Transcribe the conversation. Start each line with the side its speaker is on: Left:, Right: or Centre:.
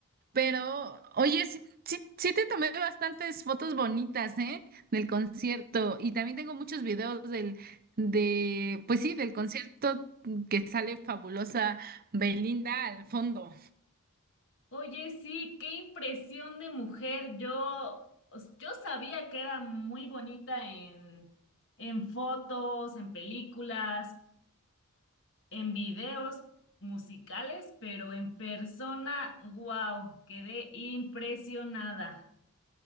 Right: Pero, oye, sí, sí, sí te tomé bastantes fotos bonitas, ¿eh? Del concierto y también tengo muchos videos del, de, pues sí, del concierto que sale fabulosa Belinda al fondo.
Left: Oye, sí, qué impresión de mujer. Yo, os- yo sabía que era muy bonita en, en fotos, en películas, en videos musicales, pero en persona, wow, quedé impresionada.